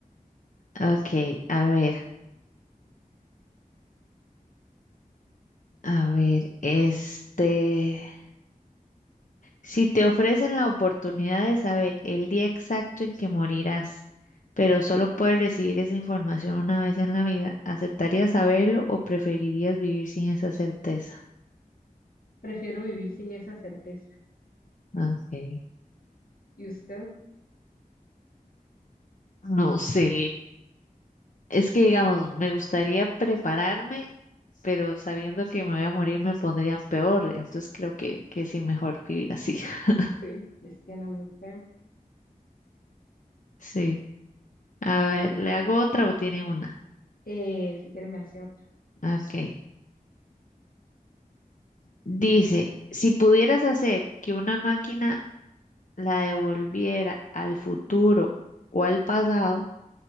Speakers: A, on the left (about 60°); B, on the left (about 80°).
A: Ok, a ver, a ver, este. Si te ofrecen la oportunidad de saber el día exacto en que morirás, pero solo puedes recibir esa información una vez en la vida, ¿aceptarías saberlo o preferirías vivir sin esa certeza?
B: Prefiero vivir sin esa certeza.
A: Ok.
B: ¿Y usted?
A: No sé. Es que, digamos, me gustaría prepararme, pero sabiendo que me voy a morir me pondría peor. Entonces creo que, que sí, mejor vivir así. <laughs>
B: Sí, es que no me creo.
A: Sí. A ver, ¿le hago otra o tiene una?
B: Eh, si quiere me hace otra.
A: Ok. Dice, si pudieras hacer que una máquina la devolviera al futuro o al pasado,